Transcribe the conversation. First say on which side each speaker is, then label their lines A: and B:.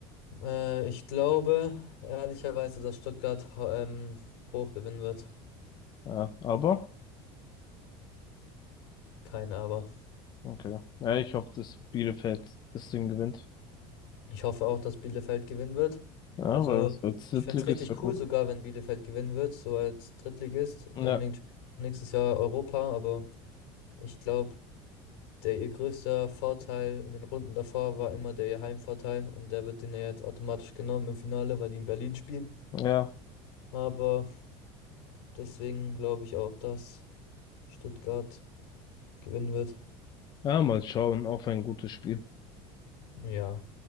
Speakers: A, on the left (about 85°); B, on the left (about 35°).
A: äh, ich glaube ehrlicherweise, dass Stuttgart ho- ähm, hoch gewinnen wird.
B: Ja, aber
A: Kein Aber.
B: okay. Ja, ich hoffe, dass Bielefeld das Ding gewinnt.
A: Ich hoffe auch, dass Bielefeld gewinnen wird.
B: Ja,
A: Also,
B: weil das als Drittligist
A: ich finde es richtig
B: wäre
A: cool,
B: gut.
A: sogar wenn Bielefeld gewinnen wird, so als Drittligist.
B: Ja,
A: Dann nächst- nächstes Jahr Europa, aber ich glaube, der ihr größter Vorteil in den Runden davor war immer der ihr Heimvorteil und der wird denen ja jetzt automatisch genommen im Finale, weil die in Berlin spielen.
B: ja.
A: Aber deswegen glaube ich auch, dass Stuttgart gewinnen wird.
B: Ja, mal schauen auf ein gutes Spiel.
A: Ja.